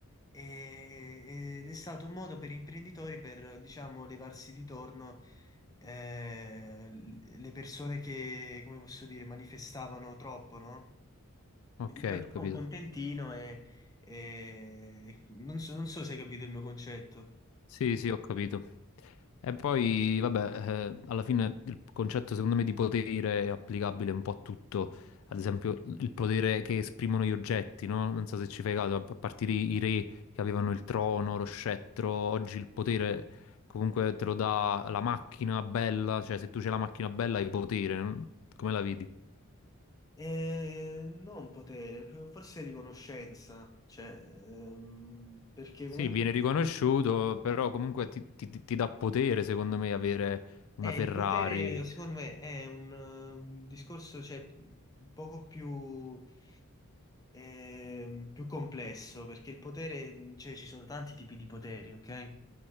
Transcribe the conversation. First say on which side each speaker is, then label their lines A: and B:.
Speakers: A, on the left; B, on the left.
A: E- ed è stato un modo per gli imprenditori per, diciamo, levarsi di torno eh, le persone che, come posso dire, manifestavano troppo, no?
B: Ok,
A: Gli facevano
B: ho capito.
A: un contentino e, e- non so, non so se hai capito il mio concetto.
B: Sì, sì, ho capito. E poi, vabbè, eh, alla fine il concetto secondo me di potere è applicabile un po' a tutto. Ad esempio, il potere che esprimono gli oggetti, no? Non so se ci fai caso, a partire i re che avevano il trono, lo scettro, oggi il potere comunque te lo dà la macchina bella, cioè se tu c'hai la macchina bella hai potere, non- come la vedi?
A: Eh, non potere, forse riconoscenza, cioè, ehm, perché comunque
B: Sì, viene riconosciuto, però comunque ti, ti- ti dà potere, secondo me, avere una
A: eh,
B: Ferrari.
A: il potere secondo me è un, eh, un discorso cioè, un poco più eh, più complesso perché il potere, cioè ci sono tanti tipi di poteri, ok?